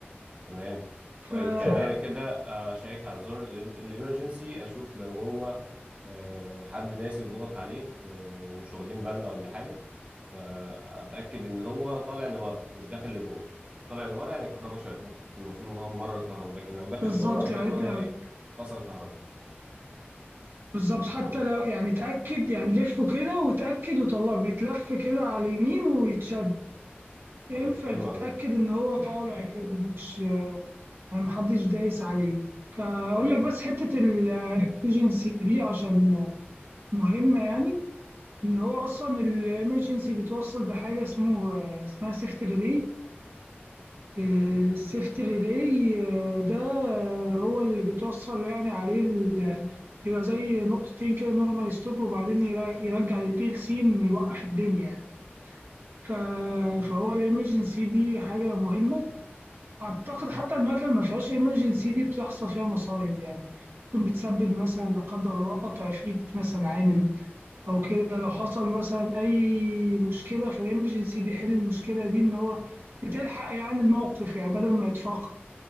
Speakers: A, on the right; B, on the right.
A: تمام
B: ف-
A: طيب يعني انا كده آه، شيك على زر الامرجنسي اشوف لو هو آه، حد ناسي وضغط عليه آه، ومش واخدين بالنا ولا حاجه فاتاكد ان هو طالع لبره مش داخل لجوه طالع لبره يعني الكهرباء شغاله المفروض ان هو ممر كهرباء لكن لو داخل
B: بالظبط
A: لجوه معنى كده
B: يعني
A: ان
B: انت
A: هو ايه فصل كهرباء
B: بالظبط حتى
A: طيب
B: لو يعني اتأكد يعني لفه كده وتأكد وطلع بيتلف كده على اليمين ويتشد ينفع
A: طيب حلو
B: تتأكد
A: قوي
B: ان هو طالع كده مش يعني محدش دايس عليه فأقول
A: تمام
B: لك بس حتة الايجنسي دي عشان مهمة يعني ان هو اصلا الامرجنسي بتوصل بحاجه اسمه اسمها سيفت ريلي السيفت ريلي ده هو اللي بيتوصل يعني عليه ال- بيبقى زي نقطتين كده نورمال ستوب وبعدين يرا- يرجع البي ال سي إن يوقف الدنيا يعني. ف- فهو الامرجنسي دي حاجه مهمه اعتقد حتى المكن ما فيهاش امرجنسي دي بتحصل فيها مصايب يعني ممكن بتسبب مثلا لا قدر الله قطع في ايد مثلا عامل او كده لو حصل مثلا اي مشكله فالامرجنسي بيحل المشكله دي ان هو بتلحق يعني الموقف يعني بدل ما يتفاقم